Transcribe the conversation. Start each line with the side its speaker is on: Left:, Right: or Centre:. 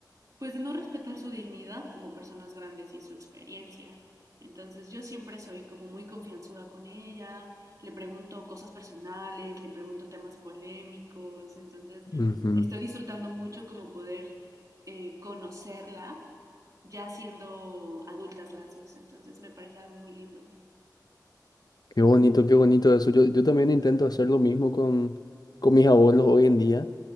Right: pues de no respetar su dignidad como personas grandes y su experiencia. Entonces yo siempre soy como muy confianzuda con ella, le pregunto cosas personales, le pregunto temas polémicos, entonces
Left: ujú.
Right: estoy disfrutando mucho como poder eh, conocerla ya siendo adultas las dos, entonces me parece algo muy lindo.
Left: Qué bonito, qué bonito eso. Yo, yo también intento hacer lo mismo con, con mis abuelos hoy en día